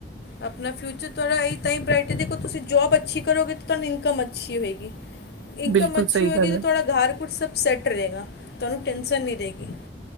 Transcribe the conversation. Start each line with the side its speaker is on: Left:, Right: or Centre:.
Left: ਆਪਣਾ ਫਿਊਚਰ ਥਹਾ੍ਹਾ ਇ ਤਾਂ ਹੀ ਬਰਾਈਟ ਹੈ ਦੇਖੋ ਤੁਸੀਂ ਜੋਬ ਅੱਛੀ ਕਰੋਗੇ ਤਾਂ ਤੁਹਾਨੂੰ ਇਨਕਮ ਅੱਛੀ ਹੋਏਗੀ। ਇਨਕਮ
Right: ਬਿਲਕੁਲ
Left: ਅੱਛੀ
Right: ਸਹੀ
Left: ਹੋਏਗੀ
Right: ਗੱਲ
Left: ਤੇ
Right: ਹੈ।
Left: ਤੁੜਾ ਘਰ ਘ ਸ ਸੈੱਟ ਰਹੇਗਾ ਤੁਹਾਨੂੰ ਟਨ ਨਹੀ ਰਹੇਗੀ।